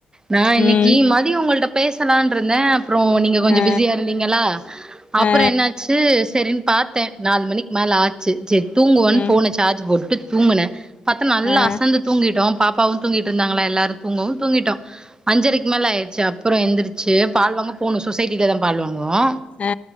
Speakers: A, on the right; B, on the left.
A: நா இன்னைக்கு
B: ம்
A: ம டி உங்கள்ட பேசலான்ருந்தே அப்றோ நீங்க கொஞ்ச
B: ஆ
A: பிஸியா இருந்தீங்களா அப்பறோ
B: ஆ
A: என்னாச்சு சரின்னு பாத்தே நாலு மணிக்கு மேல ஆச்சு சேரி தூங்குவன்னு
B: ம்
A: போன் வச்சு சார்ஜ் போட்டு தூங்கின பாத்தா நல்லா
B: ஆ
A: அசந்து தூங்கிட் டோ பாப்பாவு தூங்கிட்ருந்தாங்களா எல்லாரு தூங்கவு தூங்கிட்டோ அஞ்சரைக்கு மேல ஆயிடுச்சு அப்பற எந்திரிச்சு பால்வாங்க போணு சொசைட்டில தா பால்வாங்குவோ
B: ஆ